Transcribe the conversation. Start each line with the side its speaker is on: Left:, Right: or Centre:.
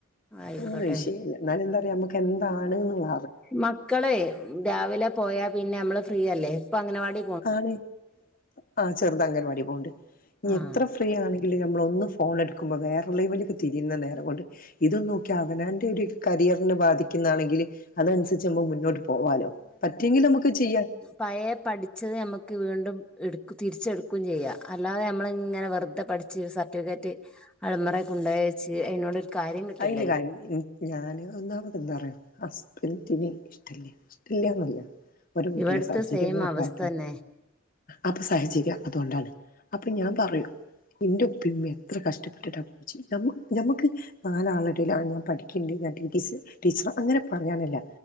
Centre: ആയിക്കോട്ടെ
Left: ഒന്നും വിഷയില്ല എന്നാലുന്താ പറയാ നമുക്ക് എന്താണ് എന്നുള്ള
Centre: മക്കളെ രാവിലെ പോയാ പിന്നെ നമ്മള് ഫ്രീയല്ലേ ഇപ്പൊ അങ്കണവാടി
Left: ആര്? ആഹ് ചെറുത് അംഗനവാടിയില് പോവ്ണ്ട് ഇനി
Centre: ആ
Left: എത്ര ഫ്രീ ആണെങ്കിലും നമ്മളൊന്ന് ഫോൺ എടുക്കുമ്പോ വേറെ ഇള്ളേമ്മിലേക്ക് തിരിയുന്ന നേരം കൊണ്ട് ഇതൊന്ന് നോക്കി അവനവന്റെ ഒരു കരിയറിന് ബാധിക്കുന്ന ആണെങ്കില് അതനുസരിച്ച് നമുക്ക് മുന്നോട്ട് പോ വാലോ പറ്റിയെങ്കില് നമക്ക് ചെയ്യാം
Centre: പഴേ പഠിച്ചത് നമ്മുക്ക് വീണ്ടും എടുക്ക തിരിച്ചെടുക്കും ചെയ്യാ അല്ലാതെ നമ്മള്ങ്ങനെ വെറുതെ പഠിച്ച് സർട്ടിഫിക്കറ്റ് അൽമറെ കൊണ്ടോയെച്ച് അയിനോട് ഒരു കാര്യം കിട്ടില്ലല്ലോ
Left: അയ്ല് കാര്യല്ല ഉം ഞാന് ഒന്നാമത് എന്താ അറിയോ ഹസ്ബൻഡിന് ഇഷ്ട്ടല്യ ഇഷ്ട്ടല്ലാന്നല്ല ഓരെ വീട്ടിലെ
Centre: ഇവിടുത്തെ
Left: സാഹചര്യങ്ങൾ
Centre: സെയിം അവസ്ഥ
Left: കാരണം
Centre: തന്നെ
Left: അത് സാഹചര്യം അതുകൊണ്ടാണ് അപ്പൊ ഞാൻ പറയും ഇന്റെ ഉപ്പിം, ഉമ്മിം എത്ര കഷ്ട്ടപ്പെട്ടിട്ടാ പഠിപ്പിച്ചെ ഞമ്മ ഞമ്മക്ക് നാലാളെ എടേല് ആഹ് ഞാൻ പഠിക്ക്ണ്ട് ഞാൻ ടി. ടി. സി ടീച്ചറാ അങ്ങനെ പറയാനല്ല